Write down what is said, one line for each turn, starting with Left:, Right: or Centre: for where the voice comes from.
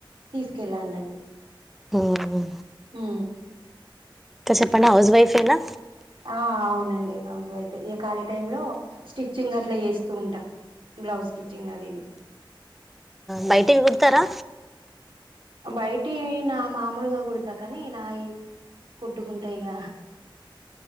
Right: తీసుకెళ్ళా అన్నట్టు
Centre: మ్మ్
Right: హు
Centre: ఇంక చెప్పండి హౌస్ వైఫ్ ఏనా
Right: ఆ అవునండి హౌస్ వైఫే ఇగ ఖాళీ టైం లో స్టిచ్చింగ్ అట్లా చేస్తూ ఉంటా బ్లౌజ్ స్టిచ్చింగ్ అది ఇది
Centre: బయటివి కుడతారా
Right: బయటియి నా మామూలుగా కుడతా కానీ నాయి కుట్టుకుంటా ఇగ